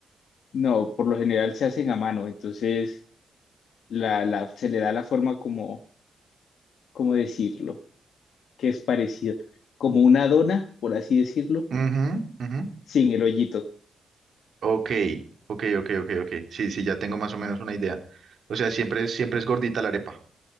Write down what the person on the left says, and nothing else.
No, por lo general se hacen a mano, entonces la, la, se le da la forma como, ¿cómo decirlo? Que es parecido, como una dona, por así decirlo,
sin el hoyito.